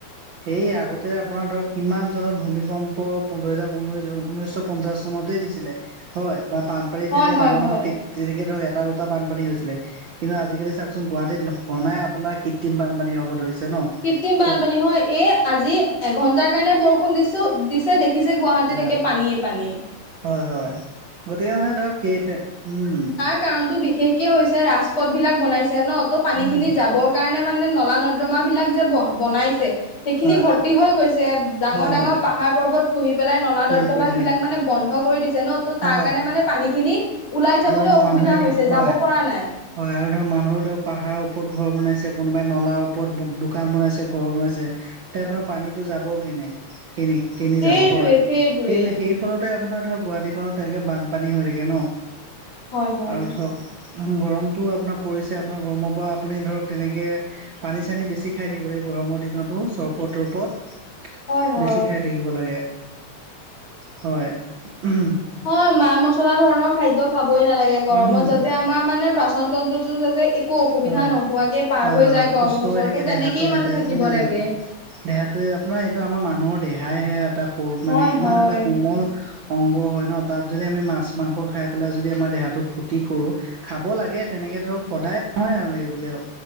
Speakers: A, on the right; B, on the left.
A: এই আগতে আপোনাৰ ধৰক কিমান চনত ভূমিকম্প পোন্ধৰহেজাৰ পোন্ধৰ ঊনৈশ পঞ্চাশ চনতেই দিছিলে হয় বা বানপানী
B: হয়
A: তেনেকৈ
B: হয়
A: ডাঙৰ
B: হয়
A: ডাঙৰ তে তেনেকে ধৰক এটা দুটা বানপানী হৈছিলে কিন্তু আজিকালি চাওকচোন গুৱাহাটীত ঘনাই আপোনাৰ কৃত্ৰিম বানপানী হ'ব ধৰিছে ন
B: কৃত্ৰিম বানপানী
A: ত
B: হয় এই আজি এঘন্টাৰ কাৰণে বৰষুণ দিছো দি তে দেখিছে গুৱাহাটীত
A: হয়
B: একে পানীয়ে পানী
A: হয় হয় গতিকে মানে ধৰক সেইতে উম
B: কাৰণতো বিশেষকে হৈছে ৰাজপথ বিলাক বনাইছে ন ত পানীখিনি
A: উম
B: যাবৰ কাৰণে মানে নলা ন ৰ্দমা বিলাক যে ব বনাইছে সেইখিনি
A: হয়
B: ভৰ্তি হৈ গৈছে ডাঙৰ
A: হয়
B: ডাঙৰ
A: হয়
B: পাহাৰ পৰ্বত পুহি পেলাই নলা
A: হৈ
B: নৰ্দমাৰ
A: পৰিছে
B: বিলাক মানে বন্ধ কৰি দিছে ন চ তাৰ
A: হয়
B: কাৰণে মানে পানীখিনি ওলাই যাবলৈ
A: আৰু
B: অসুবিধা
A: মানুহে
B: হৈছে
A: হয়
B: যাব পৰা নাই
A: হয় আৰু ধৰক মানুহ ধৰক পাহাৰৰ ওপৰত ঘৰ বনাইছে কোনোবাই নলাৰ ওপৰত দোকান বনাইছে ঘৰ বনাইছে ত আপোনাৰ পানীটো যাব কেনে কেনি কেনি
B: সেইটোৱে
A: যাব হয়
B: সেইটোৱে।
A: সেইফালতে আপোনাৰ ধৰক গুৱাটীখনত তেনেকে বানপানী হৈ থাকে ন
B: হয় হয়
A: আৰু ধৰক উ গৰমতো আপোনাৰ পৰিছে আপোনাৰ গৰমৰ পৰা আপুনি ধৰক তেনেকে পানী চানী বেছি খাই থাকিব লাগে গৰমৰ দিনতো চৰবত তৰবত
B: হয় হয়
A: বেছি খাই থাকিব লাগে হয় উম
B: হয় মা মছলা ধৰণৰ খাদ্য খাবই নালাগে
A: উম
B: গৰমত যাতে আমাৰ মানে পাচনতন্ত্ৰটো যাতে এই একো অসুবিধা
A: হয় হয়
B: নোহোৱাকে পাৰ
A: হয়
B: হৈ যায় গৰমৰ
A: সুস্থ
B: বছৰতো
A: হৈ থাকে
B: তেনেকেই
A: যাতে
B: মানে থাকিব
A: উম
B: লাগে
A: দেহাটো আপোনাৰ এইটো আমাৰ মানুহৰ দেহাইহে এটা সৰু
B: হয়
A: মানে কিমান
B: হয়
A: এটা কোমল অংগ হয় ন তাত যদি আমি মাছ মাংস খাই পেলাই যদি আমাৰ দেহাটো ক্ষতি কৰো খাব লাগে তেনেকে ধৰক সদায় নহয় আৰু সে বুলিয়ে আৰু